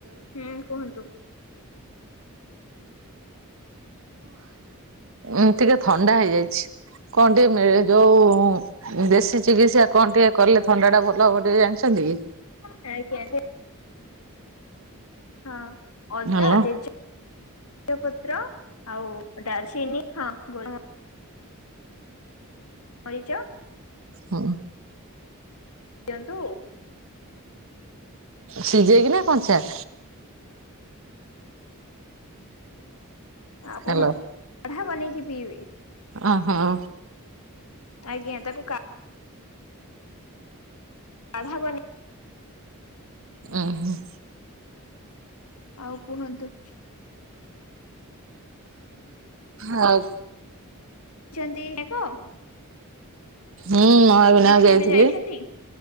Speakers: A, on the left; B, on the right.
A: ହୁଁ କୁହନ୍ତୁ।
B: ଓଃ ଟିକେ ଥଣ୍ଡା ହେଇଯାଇଛି। କଣ ଟ ମିଳେ ଯୋଉ ଦେଶୀ ଚିକିତ୍ସା କଣ ଟିକେ କଲେ ଥଣ୍ଡା ଟା ଭଲ ହବ ଟିକେ ଜାଣିଛନ୍ତି କି?
A: <unintelligible> ହଁ ଅଦା
B: ହାଲୋ
A: <unintelligible> ତେଜପତ୍ର ଆଉ ଡାଲଚିନି ହଁ ଗୋଲ ମରିଚ
B: ହୁଁ।
A: ଦିଅନ୍ତୁ।
B: ସିଝେଇକି ନା କଞ୍ଚା?
A: ଆଉ
B: ହାଲୋ
A: କୁହନ୍ତୁ କଢା ବନେଇକି ପିଇବେ।
B: ଓହୋ।
A: ଆଜ୍ଞା ତାକୁ କା କାଢା ବନେଇକି
B: ଉହୁ
A: ଆଉ କୁହନ୍ତୁ।
B: ହଁ।
A: ଛନ୍ତି ଯାକ
B: ହୁଁ ମହାବିନାୟକ ଯାଇଥିଲି।
A: କେବେ ଯାଇଛନ୍ତି?